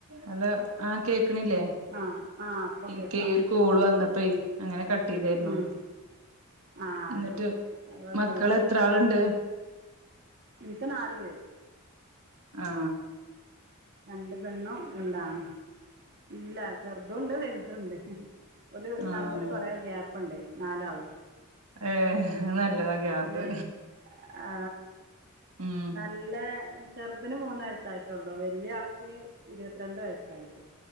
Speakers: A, on the right; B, on the right.
A: Hello ആ കേക്കണില്ലേ
B: ആ ആ ഇപ്പോൾ
A: എനിക്ക്
B: കേൾക്കാം
A: ഒരു കോള് വന്നപ്പേ അങ്ങനെ ക ട്ടേതേരുന്നു
B: ഉം ആ
A: എന്നിട്ട്
B: ശരി അത് കുഴപ്പമില്ല
A: മക്കൾ എത്ര ആളുണ്ട്
B: എനിക്ക് നാലു പേര്
A: ആ
B: രണ്ട് പെണ്ണും രണ്ടാണും ഇല്ല ചെറുത് ഉണ്ട് വലുത് ണ്ട് ഒരു
A: ആഹ്
B: തമ്മില് കൊറെ ഗ്യാപ്പുണ്ട് നാലാളും
A: ഏഹ് നല്ലതാ ഗ്യാപ്പ്
B: ഏ ആ
A: ഉം
B: നല്ല ചെറുതിന് മൂന്ന് വയസായിട്ടുള്ളു വലിയ ആൾക്ക് ഇരുപത്തിരണ്ട് വയസ്സായിട്ട